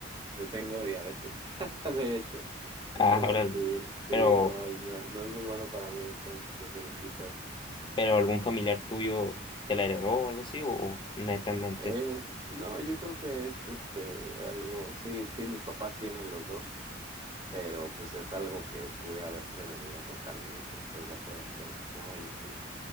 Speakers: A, on the right; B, on the left.
A: Yo tengo diabetes, <laughs> de hecho. Entonces
B: Ah, ahora, Sí.
A: sí, sí,
B: pero
A: no, no, no es muy bueno para mí entonces hacer este tipo de cosas.
B: ¿Pero algún familiar tuyo te la heredó o algo así? ¿O, o netamente?
A: Es, no, yo creo que es este algo, sí, sí, mis papás tienen los dos, pero pues es algo que pude haber prevenido totalmente, ¿estás de acuerdo? Pero pues, no, yo sí.